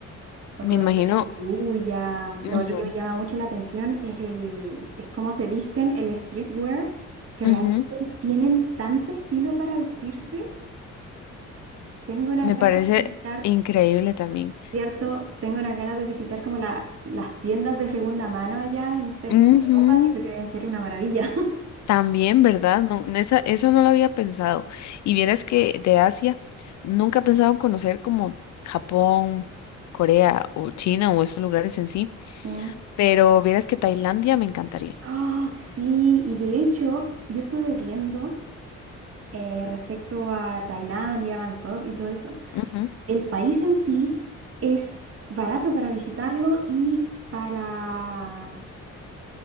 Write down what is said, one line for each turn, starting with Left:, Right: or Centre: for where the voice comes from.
Right: O
Left: me
Right: conocer
Left: imagino.
Right: Shibuya. Lo
Left: ujú,
Right: otro que me llama mucho la atención es el, es cómo se visten el streetwear, que realmente
Left: ujú,
Right: tienen tanto estilo para vestirse. Tengo unas
Left: Me
Right: ganas
Left: parece
Right: de visitar.
Left: increíble también.
Right: Cierto, tengo unas ganas de visitar como la- las tiendas de segunda mano allá en términos
Left: Ujú,
Right: de ropa, siento que deben ser una maravilla. <laughs>
Left: También, ¿verdad? No, no, esa- eso no lo había pensado. Y vieras que de Asia nunca he pensado en conocer como Japón, Corea o China o esos lugares en sí,
Right: Sí.
Left: pero vieras que Tailandia me encantaría.
Right: Ah, sí, y de hecho, yo estuve viendo eh, respecto a Tailandia, Bangkok y todo eso,
Left: Ujú,
Right: el país en sí es barato para visitarlo y para,